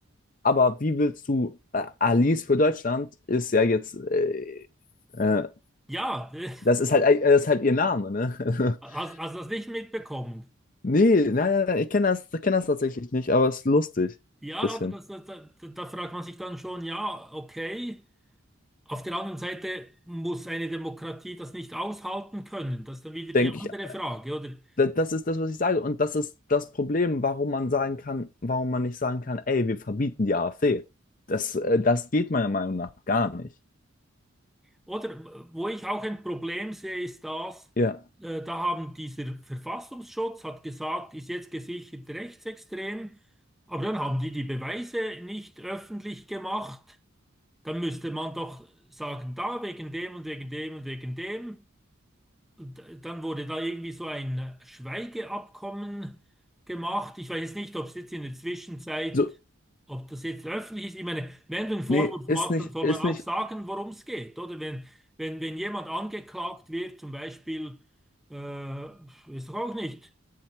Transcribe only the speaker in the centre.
Ja, <laughs>
hast,
hast du das nicht mitbekommen?
Ja,
also das, das, da, da fragt man sich dann schon, ja, okay. Auf der anderen Seite muss eine Demokratie das nicht aushalten können. Das ist dann wieder
die andere
Frage, oder?
Oder wo ich auch ein Problem sehe, ist das,
äh, da haben dieser Verfassungsschutz hat gesagt, ist jetzt gesichert rechtsextrem, aber dann haben die die Beweise nicht öffentlich gemacht. Dann müsste man doch sagen, da wegen dem und wegen dem und wegen dem. Und dann wurde da irgendwie so ein Schweigeabkommen gemacht. Ich weiß jetzt nicht, ob es jetzt in der Zwischenzeit,
ob das jetzt öffentlich ist. Ich meine, wenn du einen Vorwurf
machst,
dann soll
man auch
sagen, worum es geht, oder? Wenn, wenn, wenn jemand angeklagt wird, zum Beispiel, äh, weiß ich auch nicht,